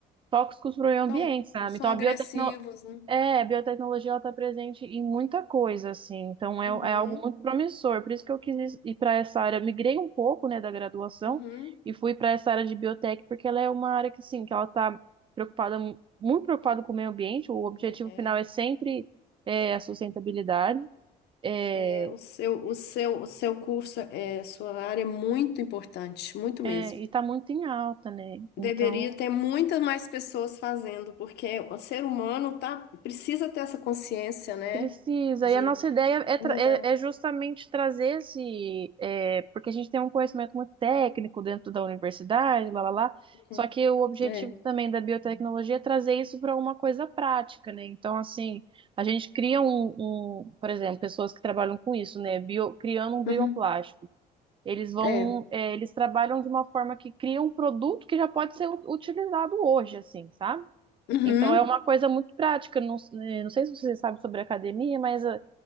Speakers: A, on the right (about 30°); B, on the left (about 75°).
A: tóxicos para o meio ambiente,
B: Então,
A: sabe?
B: são
A: Então a
B: agressivos,
A: biotecno,
B: né?
A: é, a biotecnologia ela está presente em muita coisa, assim, então é,
B: Uhum,
A: é algo muito promissor. Por isso que eu quis ir para essa área, migrei um pouco, né, da graduação
B: uhum.
A: e fui para essa área de biotech, porque ela é uma área que, sim, que ela está preocupada, mu- muito preocupada com o meio ambiente. O objetivo
B: É.
A: final é sempre é, a sustentabilidade, é,
B: É, o seu, o seu, o seu curso, é, sua área é muito importante, muito mesmo.
A: é, e está muito em alta, né?
B: Deveria
A: Então
B: ter muitas mais pessoas fazendo, porque o ser humano tá, precisa ter essa consciência, né?
A: Precisa.
B: De
A: E a nossa ideia é,
B: mudar.
A: tra- é, é justamente trazer esse. é, porque a gente tem um conhecimento muito técnico dentro da universidade, lá, lá, lá.
B: Uhum.
A: Só que o objetivo
B: É.
A: também da biotecnologia é trazer isso para uma coisa prática, né? Então, assim, a gente cria um, um- por exemplo, pessoas que trabalham com isso, né? Bio, criando um bioplástico.
B: Uhum.
A: Eles vão,
B: É.
A: é, eles trabalham de uma forma que cria um produto que já pode ser u- utilizado hoje, assim, sabe?
B: Uhum.
A: Então é uma coisa muito prática. Não, eh, não sei se você sabe sobre academia, mas a